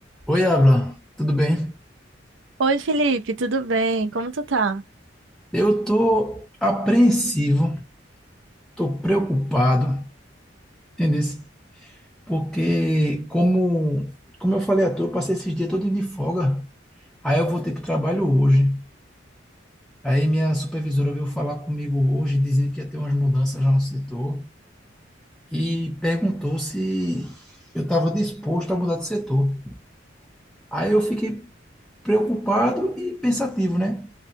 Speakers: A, in the centre; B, on the right.
A: Oi, Abla, tudo bem?
B: Oi, Felipe, tudo bem? Como tu tá?
A: Eu tô apreensivo, tô preocupado, entendeu? Porque como como eu falei à toa, eu passei esses dias todo de folga. Aí eu voltei pro trabalho hoje. Aí minha supervisora veio falar comigo hoje, dizendo que ia ter umas mudanças já no setor e perguntou se eu estava disposto a mudar de setor. Aí eu fiquei preocupado e pensativo, né?